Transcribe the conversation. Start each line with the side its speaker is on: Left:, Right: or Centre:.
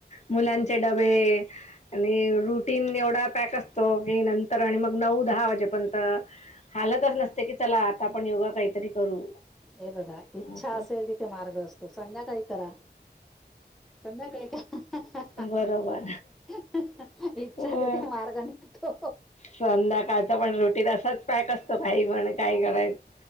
Left: मुलांचे डबे आणि रुटीन एवढा पॅक असतो क नंतर आणि मग नऊ दहा वाजेपर्यंत हालतच नसते की चला आता आपण योगा काहीतरी करू
Centre: ये बघा इच्छा
Left: असा.
Centre: असेल तिथे मार्ग असतो संध्याकाळी करा संध्याकाळी काय
Left: बरोबर.
Centre: इच्छा
Left: अ
Centre: तेथे मार्ग निघतो
Left: संध्याकाळचा पण रुटीन असाच पॅक काही म्हण काय
Centre: अरे
Left: करायचं